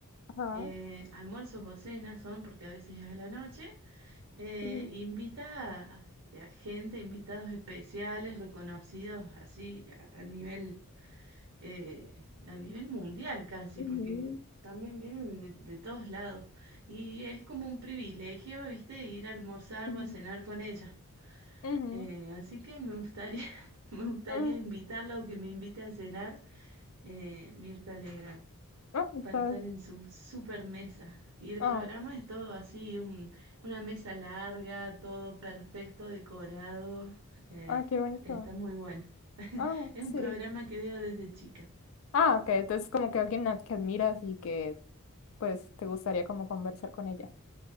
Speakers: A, on the left; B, on the right.
A: ajá.
B: eh, almuerzos o cenas son, porque a veces es a la noche, eh,
A: ujú,
B: invita a, a gente, invitados especiales, reconocidos así a, a nivel, eh, a nivel mundial casi,
A: ujú,
B: porque también vienen de, de todos lados. Y es como un privilegio, viste, ir a almorzar
A: ujú,
B: o a cenar con ella.
A: ujú,
B: Eh, así que me gustaría, <laughs> me gustaría
A: mm,
B: invitarla o que me invite a cenar eh, Mirta Legrand
A: ah, estás.
B: para estar en su super mesa. Y el
A: Ah,
B: programa es todo así, un- una mesa larga, todo perfecto, decorado. Eh,
A: ah, qué bonito.
B: está muy bueno. <laughs>
A: Ah,
B: Es
A: sí.
B: un programa que veo desde chica.
A: Ah, ok. Entonces, como que alguien a- que admiras y que, pues, te gustaría como conversar con ella.